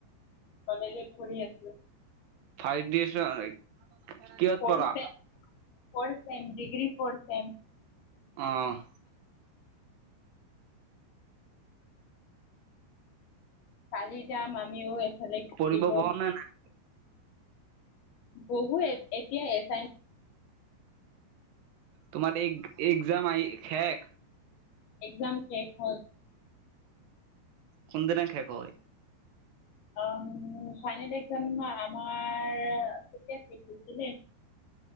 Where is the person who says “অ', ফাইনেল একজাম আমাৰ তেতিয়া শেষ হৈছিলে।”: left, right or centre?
Left